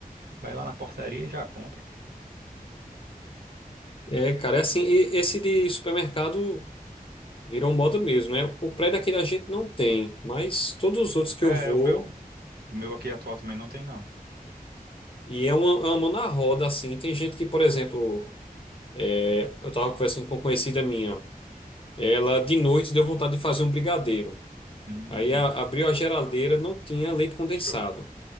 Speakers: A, on the right (about 85°); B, on the left (about 35°).
A: Vai lá na portaria e já compra.
B: É, cara, é assim, e esse de supermercado. Virou moda mesmo, né? O prédio aqui da gente não tem, mas todos os outros que
A: É,
B: eu vou,
A: o meu, o meu aqui atual também não tem, não.
B: e é uma, é uma mão na roda, assim. Tem gente que, por exemplo, é, eu tava conversando com uma conhecida minha, ela de noite deu vontade de fazer um brigadeiro.
A: Hum,
B: Aí a- abriu a geladeira, não tinha leite condensado.
A: show.